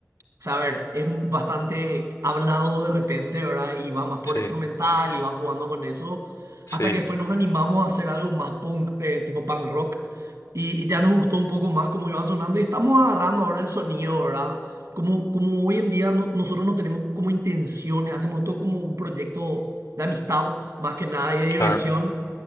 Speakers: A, on the right; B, on the left.
A: o sea, a ver, es bastante hablado de repente, ¿verdad? Y va más por
B: Sí,
A: la instrumental y va jugando con eso,
B: sí,
A: hasta que después nos animamos a hacer algo más punk, eh, tipo punk rock, y, y ya nos gustó un poco más cómo iba sonando y estamos agarrando ahora el sonido, ¿verdad? Como, como hoy en día no- nosotros no tenemos como intenciones, hacemos esto como un proyecto de amistad, más que nada y de diversión.
B: claro.